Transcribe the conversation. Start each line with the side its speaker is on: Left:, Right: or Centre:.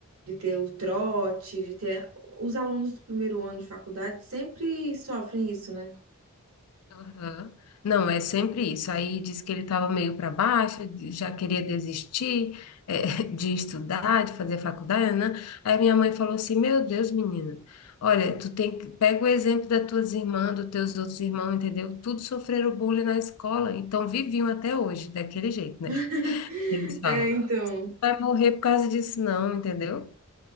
Right: de ter o trote, de ter... Os alunos do primeiro ano de faculdade sempre sofrem isso, né?
Left: Aham. Não, é sempre isso. Aí disse que ele estava meio para baixo, de- já queria desistir, eh, <laughs> de estudar, de fazer faculdade, né? Aí minha mãe falou assim: Meu Deus, menina, olha, tu tem que pega o exemplo das tuas irmãs, dos teus outros irmãos, entendeu? Tudo sofreram bullying na escola, então viviam até hoje, daquele jeito, né?
Right: <laughs>
Left: Eles falam:
Right: É, então,
Left: Vai morrer por causa disso, não, entendeu?